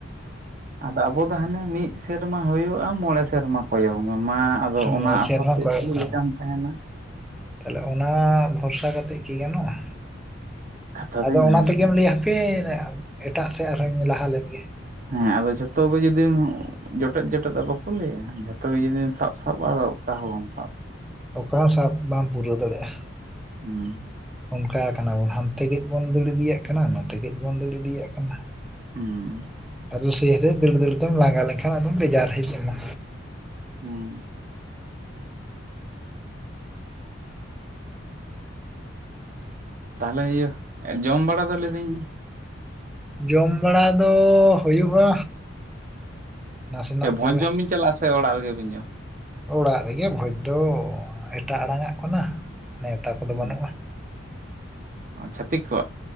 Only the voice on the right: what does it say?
ᱟᱫᱚ ᱟᱵᱚ ᱫᱚ ᱦᱟᱱᱮ ᱢᱤᱫ ᱥᱮᱨᱢᱟ ᱦᱩᱭᱩᱜᱼᱟ ᱢᱚᱬᱮ ᱥᱮᱨᱢᱟ ᱠᱚᱭᱚᱜ ᱢᱮ ᱢᱟ ᱟᱫᱚ ᱚᱱᱟ
ᱟᱥᱟ
ᱛᱮ
ᱪᱮᱫ
ᱞᱮᱠᱟᱢ
ᱛᱟᱦᱮᱱᱟ
ᱠᱟᱛᱷᱟ
ᱫᱚ ᱤᱱᱟᱹᱜᱮ
ᱠᱟᱱᱟ
ᱦᱮᱸ ᱟᱫᱚ ᱡᱷᱚᱛᱚ ᱜᱮᱢ ᱡᱩᱫᱤᱢ ᱡᱚᱴᱮᱫ ᱡᱚᱴᱮᱫ ᱟᱜ ᱵᱟᱠᱚ ᱞᱟᱹᱭᱟ ᱡᱷᱚᱛᱚ ᱜᱮ ᱡᱩᱫᱤᱢ ᱥᱟᱵ ᱥᱟᱵᱼᱟ ᱟᱫᱚ ᱚᱠᱟ ᱦᱚ ᱵᱟᱢ ᱥᱟᱵ
ᱦᱩᱸ
ᱦᱩᱸ
ᱦᱩᱸ ᱛᱟᱦᱚᱞᱮ ᱤᱭᱟᱹ ᱡᱚᱢ ᱵᱟᱲᱟ ᱫᱚ ᱞᱟᱹᱭᱫᱟᱹᱧ
ᱥᱮ
ᱵᱷᱚᱡ ᱡᱚᱢ ᱵᱤᱱ ᱪᱟᱞᱟᱜᱼᱟ ᱥᱮ ᱚᱲᱟᱜ ᱨᱮᱜᱮᱵᱤᱱ ᱡᱚᱢ
ᱡᱚᱢᱟ
ᱪᱷᱟᱹᱛᱤᱠ ᱠᱚᱣᱟᱜ